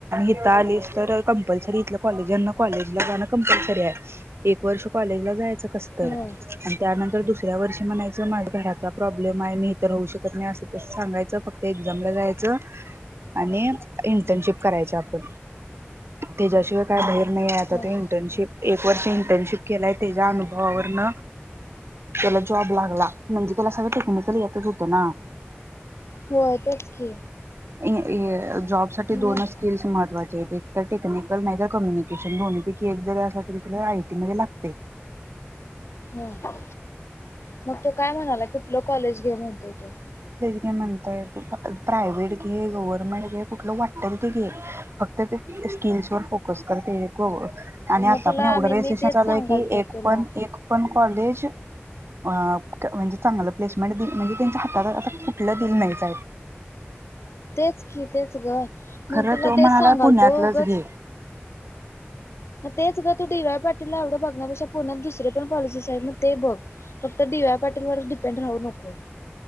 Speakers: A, on the right (about 70°); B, on the left (about 75°).
A: इता आलीस तर कंपल्सरी इथ कॉलेजना कॉलेजला जाणं कंपल्सरी आहे एक वर्ष कॉलेजला जायचं कसत
B: हम्म
A: आणि त्यानंतर दुसऱ्या वर्षी म्हणायचं माझ्या घराचा प्रॉब्लेम आहे मी इ तरर होऊ शकत नाही असं सांगायचं फक्त एक्झामला जायचं आणि इंटर्नशिप करायची आपण त्याच्याशिवाय काय बार. आणि आता
B: हम्म
A: त इंटर्नशिप एक वर्ष इंटर्नशिप केलाय त्याच्या अनुभवावरन त्याला जॉब लागला म्हणजे त्याला सगळं टेक्निकल येतच होतं ना.
B: हो तेच की.
A: इ जॉब सा दोनच
B: मग
A: स्किल्स महत्वाचे आहेत. एक तर टेक्निकल नाही तर कम्युनिकेशन दोन पैकी जरी अस तरी तुला आयटी मध्ये लागत.
B: हम्म मग तो काय म्हणाला कुठल कॉलेज घे म्हणतोय तो
A: ते म्हणताय तू प्रायव्हेट घे, गव्हर्नमेंट घे कुठलं वाटतल ते घे फक्त ते स्किल्स वर फोकस करते आणि आता
B: मग तुला
A: पण एवढं
B: मी
A: र
B: मी
A: सेशन
B: तेच
A: चालूय
B: सांगालतो
A: की एक
B: तुला
A: पण एक पण कॉलेज म्हणजे चांगलं प्लेसमेंट म्हणजे त्यांच्या हातात कुठलं दिलं नाहीच
B: तेच कि तेच ग मग
A: खरं
B: तुला
A: तो म्हणाला
B: तेच सांगाल
A: पुण्यातलंच
B: तो उगच
A: घे
B: मग तेच ग तू डी वाय पाटीलला एवढं बघण्यापेक्षा पुण्यात दुसरे पण कॉलेजीस आहे मग ते बघ फक्त डी वाय पाटीलवरच डिपेंड राहू नको.